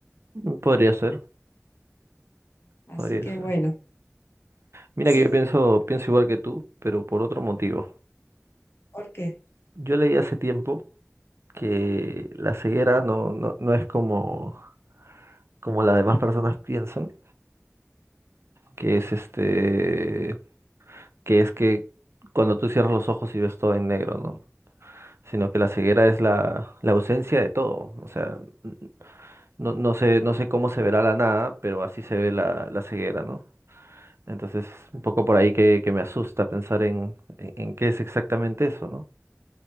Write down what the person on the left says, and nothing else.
Así
que
bueno,
sí,
porque,